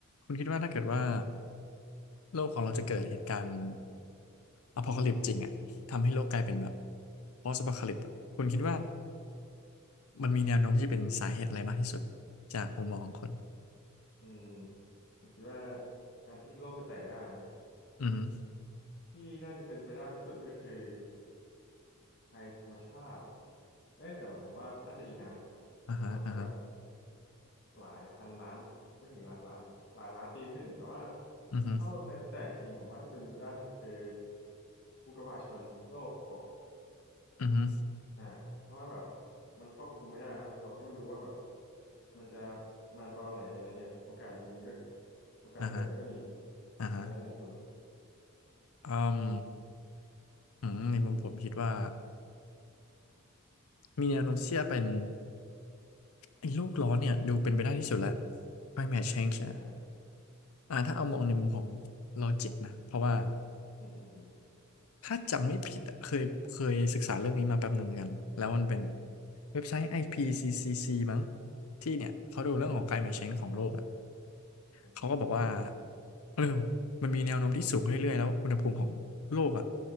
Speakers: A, on the left; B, on the left.
A: คุณคิดว่าถ้าเกิดว่าโลกของเราจะเกิดเหตุการณ์อพอลิปจริงอ่ะทำให้โลกกลายเป็นแบบ post apocalypse อะคุณคิดว่ามันมีแนวโน้มที่จะเป็นสาเหตุอะไรมากที่สุดจากมุมมองของคุณ
B: อืมผมคิดว่าการที่โลกจะแตกได้นะ
A: อือฮึ
B: ที่น่าจะเป็นไปได้ที่สุดก็คือภัยธรรมชาติเอ้ยแต่ผมว่าน่าจะอีกนาน
A: อ่าฮะอ่าฮะ
B: ประมาณสักแบบหลายพันล้านไม่ถึงหลายพันล้านหลายล้านปีขึ้นแต่ว่า
A: อือฮึ
B: ถ้าแต่จะแตกจริงๆผมว่าที่เป็นไปได้สุดคืออุกกาบาตชนโลก
A: อือฮึ
B: อ่าเพราะว่าแบบมันควบคุมไม่ได้เนอะเราก็ไม่รู้ว่าแบบมันจะมาตอนไหนอะไรเงี้ยโอกาสมีมันก็โอกาสจะเกิดมันก็มี
A: อ่าฮะอ่าฮะ
B: อันนั้นมุมมองคุณนะ
A: อืมอืมในมุมผมคิดว่ามีแนวโน้มเสี่จงเป็นไอ้โลกร้อนเนี่ยดูเป็นไปได้ที่สุดแล้ว climate change อะ
B: อ่า
A: อ่าถ้าเอามองในมุมของ logic นะเพราะว่า
B: อืมอืมอืม
A: ถ้าจำไม่ผิดอะเคยเคยศึกษาเรื่องนี้มาแป๊บหนึ่งเหมือนกันแล้วมันเป็นเว็บไซต์ IPCCC มั้งที่เนี่ยเขาดูเรื่องของ
B: อ่า
A: climate change ของโลกอะ
B: นะครับ
A: เขาก็บอกว่าเออมันมีแนวโน้มที่สูงขึ้นเรื่อยๆแล้วอุณหภูมิของโลกอะ